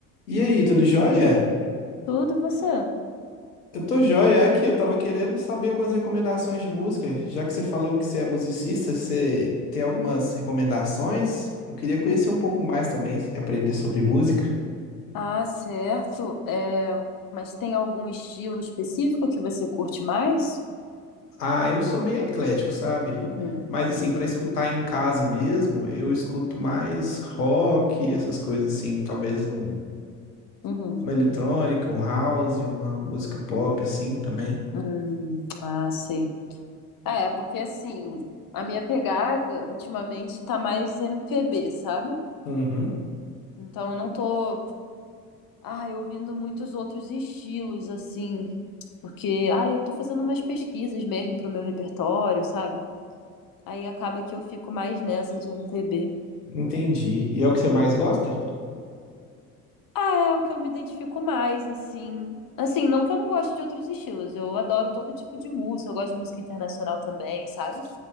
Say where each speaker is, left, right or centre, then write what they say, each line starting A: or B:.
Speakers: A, on the left; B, on the left.
A: E aí, tudo jóia?
B: Tudo você?
A: Eu tô jóia aqui, eu tava querendo saber umas recomendações de música. Já que você falou que você é musicista, você tem algumas
B: Uhum.
A: recomendações? Eu queria conhecer um pouco mais também, aprender sobre música.
B: Ah, certo. É, mas tem algum estilo específico que você curte mais?
A: Ah, eu sou bem eclético, sabe?
B: Uhum,
A: Mas
B: uhum,
A: assim, pra escutar em casa mesmo, eu escuto mais rock, essas coisas assim, talvez um-
B: uhum.
A: uma eletrônica, um house, uma música pop assim também.
B: Hum, ah, sei. Ah, É, porque assim, a minha pegada ultimamente tá mais MPB, sabe?
A: Uhum,
B: Então eu não tô, ai, ouvindo muitos outros estilos, assim, porque, ai, eu tô fazendo umas pesquisas mesmo pro meu repertório, sabe? Aí acaba que eu fico mais nessa de MPB.
A: entendi. E é o que você mais gosta?
B: Ah, É, o que eu me identifico mais, assim. Assim, não que eu não goste de outros estilos, eu adoro todo tipo de música, eu gosto de música internacional também, sabe?